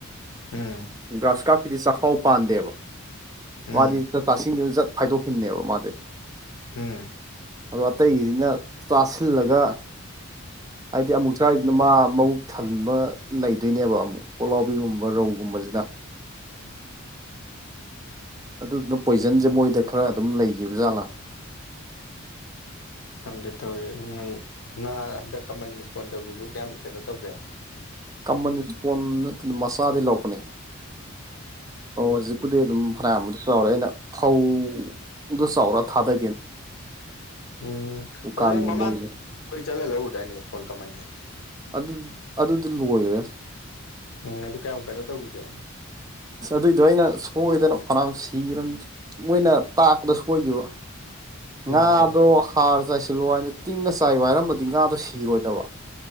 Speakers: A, on the left (about 70°); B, on the right (about 15°).
A: ꯎꯝ
B: ꯒ꯭ꯔꯥꯁ ꯀꯥꯞꯀꯤꯗꯤ ꯆꯥꯛꯈꯥꯎ ꯄꯥꯟꯗꯦꯕ
A: ꯎꯝ
B: ꯃꯥꯗꯤ ꯖꯠ ꯆꯥꯁꯤꯟꯒꯤꯕ ꯖꯠ ꯐꯥꯏꯗꯣꯛꯈꯤꯅꯦꯕ ꯃꯥꯗꯤ
A: ꯎꯝ
B: ꯑꯗꯣ ꯑꯇꯩꯒꯤꯖꯤꯅ ꯆꯥꯁꯤꯜꯂꯒ ꯍꯥꯏꯗꯤ ꯑꯃꯨꯛ ꯆꯥꯔꯤꯗꯨꯅ ꯃꯥ ꯃꯕꯨꯛ ꯊꯟꯕ ꯂꯩꯗꯣꯏꯅꯦꯕ ꯑꯃꯨꯛ ꯄꯣꯛꯂꯥꯎꯕꯤꯒꯨꯝꯕ ꯔꯧꯒꯨꯝꯕꯖꯤꯗ ꯑꯗꯨꯗꯨꯅ ꯄꯣꯏꯖꯟꯖꯦ ꯃꯣꯏꯗ ꯈꯔ ꯑꯗꯨꯝ ꯂꯩꯒꯤꯕ ꯖꯥꯠꯂꯥ
A: ꯈꯪꯗꯦ ꯇꯧꯔꯤꯖꯦ ꯉꯥ ꯍꯟꯗꯛ ꯀꯃꯟ ꯁ꯭ꯄꯣꯟ ꯇꯧꯈꯤꯕꯗꯨ ꯀꯌꯥꯝ ꯀꯩꯅꯣ ꯇꯧꯒꯦ
B: ꯀꯃꯟ ꯁ꯭ꯄꯣꯟ ꯅꯠꯇꯦꯗ ꯃꯆꯥꯗꯩ ꯂꯧꯔꯛꯄꯅꯦ ꯑꯣ ꯖꯤꯛ ꯄꯨꯗꯤ ꯑꯗꯨꯝ ꯐꯅ꯭ꯌꯥꯝꯕꯨꯗꯤ ꯆꯥꯎꯔꯦ ꯑꯩꯅ ꯐꯧ ꯑꯗꯨ ꯆꯥꯎꯔꯥ ꯊꯥꯗ
A: ꯎꯝ
B: ꯎꯀꯥꯕꯤꯅꯦ
A: ꯑꯗꯨ ꯅꯪ ꯃꯃꯥ
B: ꯃꯣꯏꯁꯦ
A: ꯀꯣꯏ ꯆꯠꯂ ꯂꯧꯔꯨꯗꯥꯏꯅꯦ ꯏꯁꯄꯣꯟ ꯀꯃꯟꯒꯤ
B: ꯑꯗꯨ ꯑꯗꯨꯗꯤ ꯂꯣꯏꯒ꯭ꯔꯦꯗ
A: ꯎꯝ ꯑꯗꯨ ꯀꯌꯥꯝ ꯀꯩꯅꯣ ꯇꯧꯒꯤꯒꯦ
B: ꯑꯗꯨꯏꯗꯣ ꯑꯩꯅ ꯁꯣꯏꯗꯅ ꯐꯅꯥꯝ ꯁꯤꯒ꯭ꯔꯃꯤꯗ ꯃꯣꯏꯅ ꯇꯥꯛꯄꯗ ꯁꯣꯏꯒꯤꯕ
A: ꯑꯣ
B: ꯉꯥꯗꯣ ꯍꯥꯔ ꯆꯥꯏꯁꯤꯜꯂꯨ ꯍꯥꯏꯅ ꯇꯤꯡꯉ ꯆꯥꯏꯌꯨ ꯍꯥꯏꯔꯝꯃꯗꯤ ꯉꯥꯗꯣ ꯁꯤꯔꯣꯏꯗꯕ